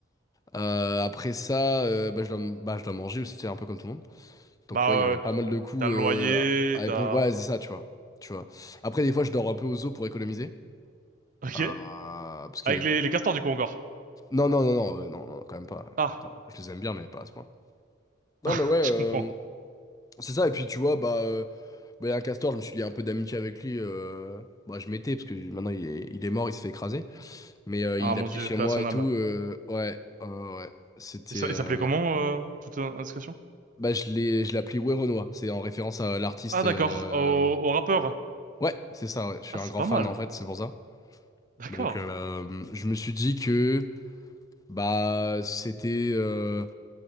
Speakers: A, on the left; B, on the right.
A: Euh, après ça, euh, bah, je dois, bah, je dois manger aussi, c'est un peu comme tout le monde. Donc,
B: Bah,
A: tu vois, il y avait
B: ouais.
A: pas mal de coûts
B: t'as le
A: euh,
B: loyer,
A: à à
B: t'as...
A: éponger. Ouais, c'est ça, tu vois. Tu vois. Après, des fois, je dors un peu aux eaux pour économiser.
B: Ok.
A: Euh, parce qu'il
B: Avec
A: y a
B: les,
A: des...
B: les castors, du coup, encore.
A: Non, non, non, non, euh, non, non, quand même pas.
B: Ah,
A: Attends, je les aime bien, mais pas à ce point. Non,
B: <laughs>
A: mais ouais, euh,
B: je comprends.
A: c'est ça. Et puis, tu vois, bah, euh, bah, il y a un castor, je me suis lié un peu d'amitié avec lui. euh, bah, je m'étais, parce que maintenant, il est, il est mort, il s'est fait écraser. Mais euh,
B: Ah,
A: il
B: mon
A: habitait
B: Dieu,
A: chez
B: paix
A: moi
B: à son
A: et
B: âme.
A: tout. euh, ouais, euh, ouais. ouais, C'était.
B: Et ça, il
A: euh,
B: s'appelait comment, euh, toute euh, indiscrétion?
A: Bah, je l'ai, je l'ai appelé Werenoi. C'est en référence à l'artiste.
B: Ah, d'accord.
A: euh,
B: Au, au rappeur.
A: Ouais, c'est ça, ouais. Je suis
B: Ah,
A: un
B: c'est
A: grand
B: pas
A: fan,
B: mal.
A: en fait, c'est pour ça.
B: D'accord.
A: Donc, euh, je me suis dit que, bah, c'était euh,